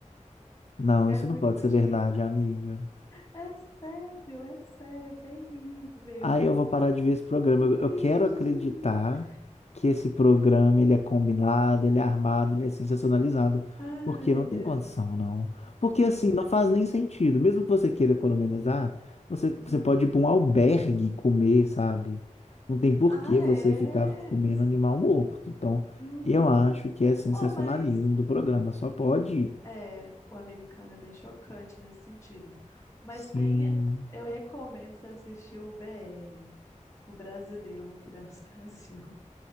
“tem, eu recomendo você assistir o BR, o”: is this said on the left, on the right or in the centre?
Left